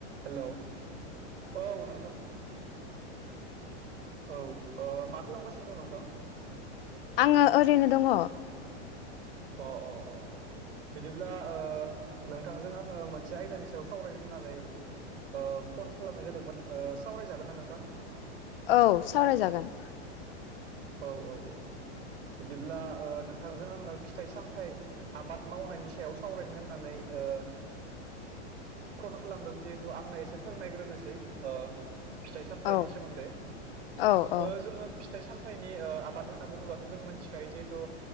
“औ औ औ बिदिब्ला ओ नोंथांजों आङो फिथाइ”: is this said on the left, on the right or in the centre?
Right